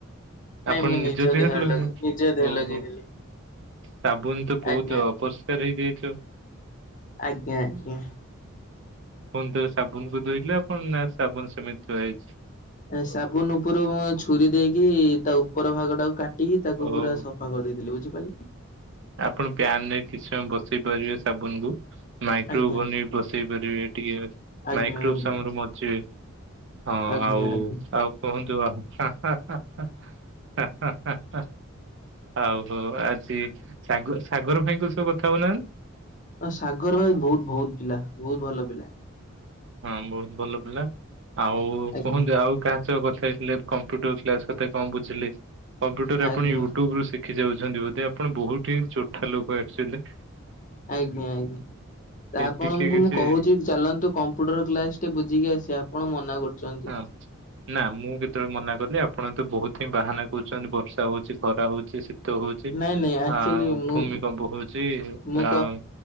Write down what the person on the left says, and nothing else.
ନାଇଁ
ମୁଁ
ଲଗେଇ ନିଜ ଦେହରେ
ଲଗେଇଥିଲି
ଆଜ୍ଞା
ଆଜ୍ଞା ଆଜ୍ଞା।
ସାବୁନୁ ଉପରୁ ମୁଁ ଛୁରୀ ଦେଇକି ତା ଉପର ଭାଗ ଟାକୁ କାଟ ଟିକି ତାକୁ
ପୁରା ସଫା କରିଦେଇଥିଲି ବୁଝିପାରିଲେ।
ଆଜ୍ଞା
ଆଜ୍ଞା
ଆଜ୍ଞା
ଆଜ୍ଞା
ଆଜ୍ଞା।
ଅ ସାଗର ଭାଇ ବୋହୁତ ବୋହୁତ ପିଲା ବୋହୁତ ଭଲ ପିଲା।
ଆଜ୍ଞା
ଆଜ୍ଞା
ଆଜ୍ଞା ଆଜ୍ଞା ଆପଣଙ୍କୁ
ମୁଁ କୋହୁଚି ଚାଲନ୍ତୁ କମ୍ପ୍ୟୁଟର କ୍ଲାସ ଟେ ବୁଝିକି ଆସିବା ଆପଣନା କରୁଚନ୍ତି।
ନାଇଁ ନାଇଁ ଆକ୍ଚୁଆଲି
ମୁଁ
ମୁଁ